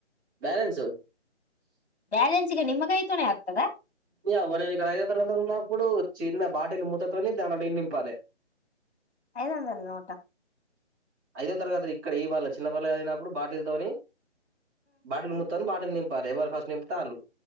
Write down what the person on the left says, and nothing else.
బ్యాలెన్ ఇగ నిమ్మకాయ్ తోనేే అత్తదా
ఐదు వందల నోటా